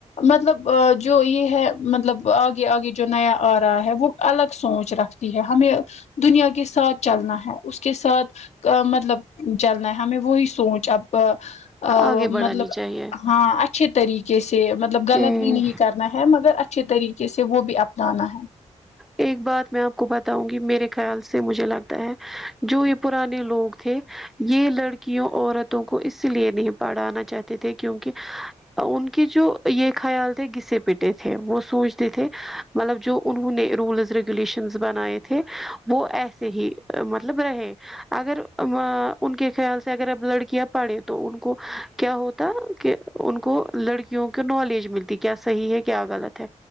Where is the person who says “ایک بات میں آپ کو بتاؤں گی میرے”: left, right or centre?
Centre